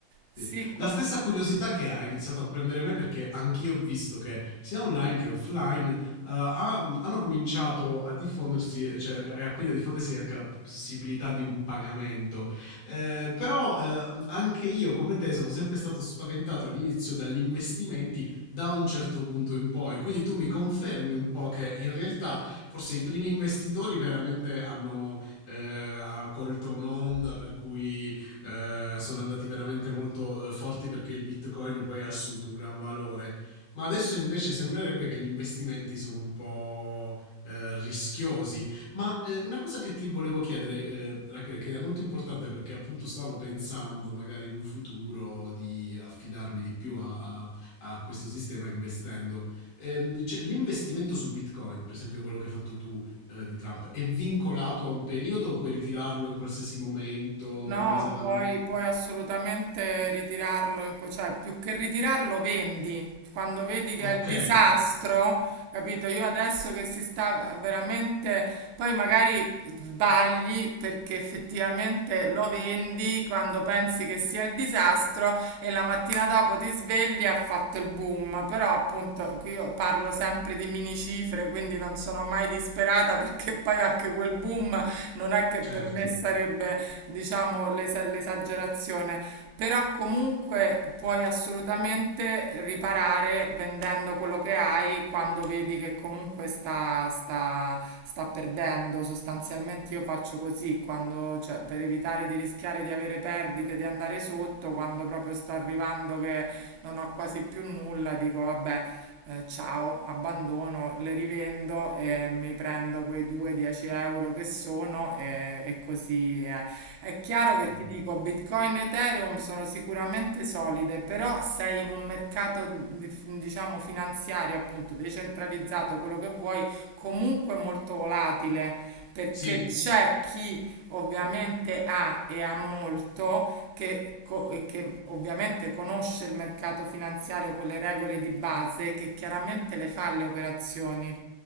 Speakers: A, on the right; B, on the left.
A: sì.
B: Sì.
A: co-
B: La stessa curiosità che ha iniziato a prendere me perché anch'io ho visto che sia online che offline eh, ha- mm, hanno cominciato a diffondersi, eh, cioè e a- quindi a diffondersi anche la possibilità di un pagamento. Eh, però eh, anche io come te sono sempre stato spaventato all'inizio dagli investimenti da un certo punto in poi. Quindi tu mi confermi un po' che in realtà forse i primi investitori veramente hanno eh, ha colto un'onda per cui eh, sono andati veramente molto eh, forti perché il bitcoin poi ha assunto un gran valore. Ma adesso invece sembrerebbe che gli investimenti sono un po' eh, rischiosi. Ma eh, una cosa che ti volevo chiedere, eh, Rachele, che è molto importante perché appunto stavo pensando magari in un futuro di affidarmi di più a, a- a questo sistema investendo. Ehm, cioè, l'investimento sul Bitcoin, per esempio quello che hai fatto tu, eh, di Trump. È vincolato a un periodo o puoi ritirarlo in qualsiasi momento
A: No,
B: in base alla...
A: puoi, puoi assolutamente ritirarlo, in co- cioè più che ritirarlo vendi. Quando vedi che
B: Ok,
A: è il disastro, capito? Io adesso che si sta veramente, poi magari sbagli perché effettivamente lo vendi quando pensi che sia il disastro e la mattina dopo ti svegli e ha fatto il boom. Però appunto qui io parlo sempre di mini cifre, quindi non sono mai disperata <laughs> perché poi anche quel boom non è che per
B: certo.
A: me sarebbe diciamo, l'esa- l'esagerazione, però comunque puoi assolutamente riparare vendendo quello che hai quando vedi che comunque sta, sta, sta perdendo. Sostanzialmente io faccio così, quando, cioè, per evitare di rischiare di avere perdite, di andare sotto, quando proprio sto arrivando che non ho quasi più nulla, dico vabbè eh, ciao, abbandono, le rivendo e mi prendo quei 2-10 euro che sono e, e così è. È chiaro
B: Ok.
A: che ti dico, Bitcoin e Ethereum sono sicuramente solide, però sei in un mercato, di- diciamo, finanziario, appunto, decentralizzato, quello che vuoi, comunque molto volatile, perché
B: Sì,
A: c'è chi ovviamente ha e ha molto che, co- e che ovviamente conosce il mercato finanziario, quelle regole di base, che chiaramente le fa le operazioni,